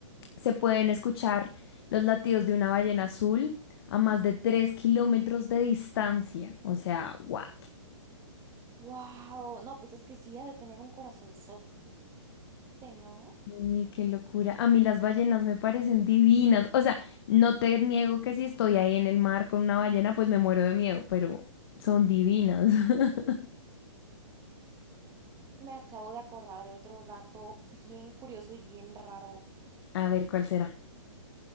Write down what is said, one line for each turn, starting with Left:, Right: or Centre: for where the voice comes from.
Left: Se pueden escuchar los latidos de una ballena azul a más de 3 kilómetros de distancia. O sea, what?
Right: Wow, no, pues es que sí, ha de tener un corazonzote, ¿no?
Left: Eh, Qué locura. A mí las ballenas me parecen divinas. O sea, no te niego que si estoy ahí en el mar con una ballena, pues me muero de miedo, pero son divinas. <laughs>
Right: Me acabo de acordar de otro dato bien curioso y bien raro.
Left: A ver, ¿cuál será?